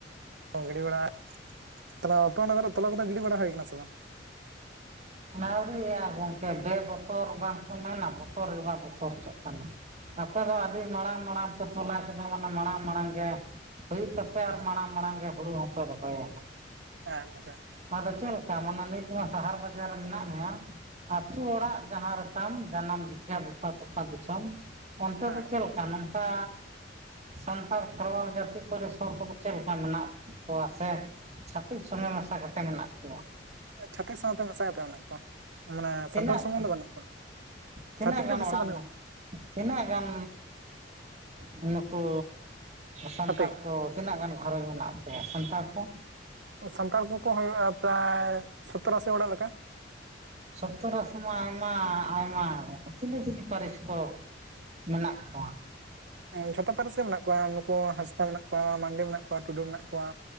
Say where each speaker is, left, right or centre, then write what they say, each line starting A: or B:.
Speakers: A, on the right; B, on the right.
A: ᱚ ᱜᱤᱰᱤ ᱵᱟᱲᱟ ᱛᱟᱞᱮ ᱟᱯᱮ ᱚᱱᱟ ᱠᱚᱨᱮ ᱛᱚᱞᱟ ᱠᱚᱫᱚ ᱜᱤᱰᱤ ᱵᱟᱲᱟ ᱦᱩᱭ ᱠᱟᱱᱟ ᱥᱮ ᱵᱟᱝ
B: ᱱᱟᱣᱲᱤᱼᱟ ᱜᱚᱝᱠᱮ ᱵᱮ ᱵᱚᱛᱚᱨ ᱵᱟᱝ ᱚᱱᱟ ᱱᱟ ᱵᱚᱛᱚᱨ ᱜᱮ ᱵᱟᱝ ᱵᱚᱛᱚᱨ ᱦᱚᱪᱚᱜ ᱠᱟᱱᱟ ᱟᱯᱮ ᱫᱚ
A: ᱦᱮᱸ
B: ᱟᱹᱰᱤ ᱢᱟᱲᱟᱝ ᱢᱟᱲᱟᱝ ᱯᱮ ᱛᱚᱞᱟ ᱠᱟᱫᱟ ᱢᱟᱱᱮ ᱢᱟᱲᱟᱝ ᱢᱟᱲᱟᱝ ᱜᱮ ᱦᱩᱭᱩᱜ ᱛᱟᱯᱮ ᱯᱮ
A: ᱦᱮᱸ
B: ᱟᱨ ᱢᱟᱲᱟᱝ ᱢᱟᱲᱟᱝ ᱜᱮ ᱦᱩᱲᱩ ᱦᱚᱸᱯᱮ ᱨᱚᱦᱚᱭᱟ
A: ᱦᱮᱸ ᱜᱚᱝᱠᱮ
B: ᱟᱫᱚ ᱪᱮᱫᱞᱮᱠᱟ ᱢᱟᱱᱮ ᱱᱤᱛᱦᱚ ᱥᱟᱦᱟᱨ ᱵᱟᱡᱟᱨ ᱢᱮᱱᱟᱜ ᱢᱮᱭᱟ ᱟᱛᱩ ᱚᱲᱟᱜ ᱡᱟᱦᱟᱸ ᱨᱮᱛᱟᱢ ᱡᱟᱱᱟᱢ ᱵᱷᱤᱴᱟᱹ ᱵᱚᱯᱟ ᱛᱚᱯᱷᱟ ᱫᱤᱥᱚᱢ ᱚᱱᱛᱮ
A: ᱦᱮᱸ
B: ᱫᱚ ᱪᱮᱫ
A: ᱜᱚᱝᱠᱮ
B: ᱞᱮᱠᱟ ᱱᱚᱝᱠᱟ ᱥᱟᱱᱛᱟᱲ ᱠᱷᱮᱨᱣᱟᱞ ᱡᱟᱹᱛᱤ ᱯᱟᱨᱤᱥ ᱦᱚᱲ ᱠᱚᱫᱚ ᱪᱮᱫ ᱞᱮᱠᱟ ᱢᱮᱱᱟᱜ ᱠᱚᱣᱟ ᱥᱮ ᱪᱷᱟᱹᱛᱤᱥ ᱥᱚᱸᱜᱮ ᱢᱮᱥᱟ ᱠᱟᱛᱮ ᱢᱮᱱᱟᱜ ᱠᱚᱣᱟ
A: ᱪᱷᱟᱛᱤᱠ ᱥᱟᱶᱛᱮ ᱢᱮᱥᱟ ᱠᱟᱛᱮ ᱢᱮᱱᱟᱜ ᱠᱚᱣᱟ ᱢᱟᱱᱮ
B: ᱛᱤᱱᱟᱹᱜ
A: ᱥᱟᱱᱛᱟᱲ ᱥᱩᱢᱩᱝ ᱫᱚ ᱵᱟᱹᱱᱩᱜ ᱠᱚᱣᱟ
B: ᱛᱤᱱᱟᱹᱜ
A: ᱪᱷᱟᱹᱛᱤᱠ ᱫᱚ
B: ᱜᱟᱱ
A: ᱵᱮᱥᱤ
B: ᱚᱲᱟᱜ
A: ᱵᱟᱹᱱᱩᱜ
B: ᱢᱟ
A: ᱠᱚᱣᱟ
B: ᱛᱤᱱᱟᱹᱜ ᱜᱟᱱ <unintelligible> ᱱᱩᱠᱩ ᱥᱟᱱᱛᱟᱲ
A: ᱪᱷᱟᱹᱛᱤᱠ
B: ᱠᱚ ᱛᱤᱱᱟᱹᱜ ᱜᱟᱱ ᱜᱷᱟᱨᱚᱸᱡᱽ ᱢᱮᱱᱟᱜ ᱠᱟᱣᱟ ᱥᱟᱱᱛᱟᱲ ᱠᱚ
A: ᱥᱟᱱᱛᱟᱲ ᱠᱚᱠᱚ ᱦᱩᱭᱩᱜᱼᱟ ᱯᱨᱟᱭ ᱥᱚᱛᱛᱚᱨ ᱟᱥᱤ ᱚᱲᱟᱜ ᱞᱮᱠᱟ
B: ᱥᱚᱛᱛᱚᱨ ᱟᱥᱤ ᱢᱟ ᱟᱭᱢᱟ ᱟᱭᱢᱟ ᱪᱤᱞᱤ ᱪᱤᱞᱤ ᱯᱟᱨᱤᱥ ᱠᱚ ᱢᱮᱱᱟᱜ ᱠᱚᱣᱟ?
A: ᱡᱷᱚᱛᱚ ᱯᱟᱹᱨᱤᱥ ᱜᱮ ᱢᱮᱱᱟᱜ ᱠᱚᱣᱟ ᱱᱩᱠᱩ ᱦᱟᱸᱥᱫᱟ ᱢᱮᱱᱟᱜ ᱠᱚᱣᱟ ᱢᱟᱱᱰᱤ ᱢᱮᱱᱟᱜ ᱠᱚᱣᱟ ᱴᱩᱰᱩ ᱢᱮᱱᱟᱜ ᱠᱚᱣᱟ᱾